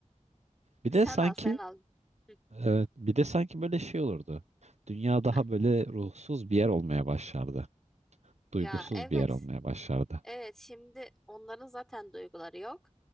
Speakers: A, on the right (about 60°); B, in the centre.
A: Bir
B: Sen
A: de sanki
B: al sen al. Hı.
A: e, bir de sanki böyle şey olurdu. Dünya daha
B: Heh.
A: böyle ruhsuz bir yer olmaya başlardı. Duygusuz
B: Ya evet
A: bir yer olmaya başlardı.
B: Evet şimdi onların zaten duyguları yok.